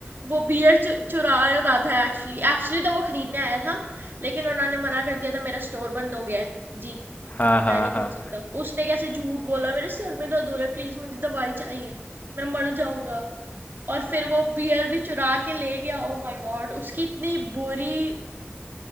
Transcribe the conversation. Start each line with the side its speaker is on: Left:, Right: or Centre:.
Right: वो बियर चु, चुरा रहा था एक्चुअली एक्चुअली तो वो खरीदने आया था लेकिन उन्होंने मना कर दिया था मेरा स्टोर बंद हो गया है जी
Left: हाँ हाँ
Right: मैं नहीं
Left: हाँ
Right: खोल सकता उसने कैसे झूठ बोला मेरे सिर में दर्द हो रहा है प्लीज मुझे दवाई चाहिए मैं मर जाऊंगा और फिर वो बियर भी चुरा के ले गया ओ माय गॉड उसकी इतनी बुरी